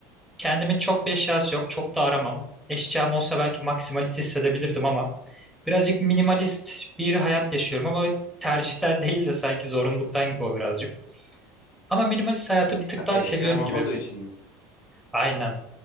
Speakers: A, in the centre; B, on the left.
A: kendimin çok bir eşyası yok. Çok da aramam. Eşyam olsa belki maksimalist hissedebilirdim ama birazcık minimalist bir hayat yaşıyorum ama tercihten <laughs> değil de sanki zorunluluktan gibi o birazcık. Ama minimalist hayatı bir tık
B: Ha,
A: daha
B: Eşyan
A: seviyorum
B: olmadığı
A: gibi.
B: için mi?
A: Aynen.